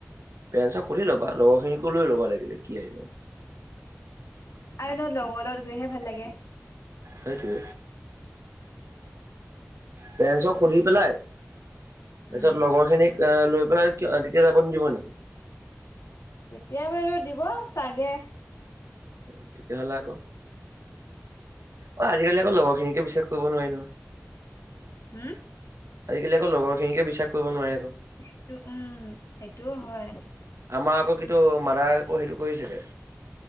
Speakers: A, on the right; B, on the left.
A: পেৰেন্সক সুধি লবা লগৰখিনিকো লৈ ল'বা লাগিলে কি আহি যায়
B: আৰু ন লগৰ লগত গৈহে ভাল লাগে
A: সেইটোৱে পেৰেন্সক সুধি পেলাই তাৰ
B: উম
A: পিছত লগৰ খিনিক আহ লৈ পেলাই কি তেতিয়া যাব নিদিব নেকি
B: তেতিয়া বাৰু দিব চাগে
A: অ তেতিয়া হলে আকৌ অ আজিকালি আকৌ লগৰখিনিকে বিশ্বাস কৰিব নোৱাৰি নহয়
B: হুম
A: আজিকালি আকৌ লগৰ খিনিকে বিশ্বাস কৰিব নোৱাৰে আক
B: সেইটো উম সেইটোও হয়
A: আমাৰ আকৌ কিটো মাদাই আকৌ সেইটো কৰিছিলে